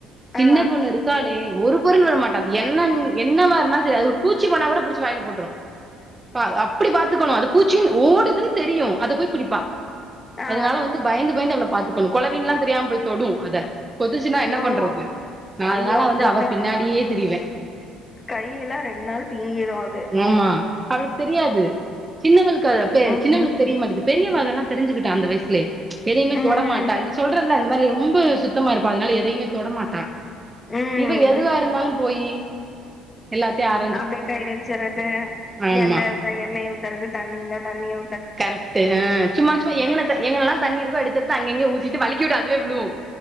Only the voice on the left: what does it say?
ஆ
ஆ
ஓ
ஐயோ
அவ்ளோதா
கையெல்லா ரெண்டு நாளு வீங்கிடு அது
ம்
ம்
ம்
அப்டியே கை வெச்சட்றது
எண்ணெ இருந்த எண்ணெய ஊத்தறது தண்ணி இருந்தா தண்ணியு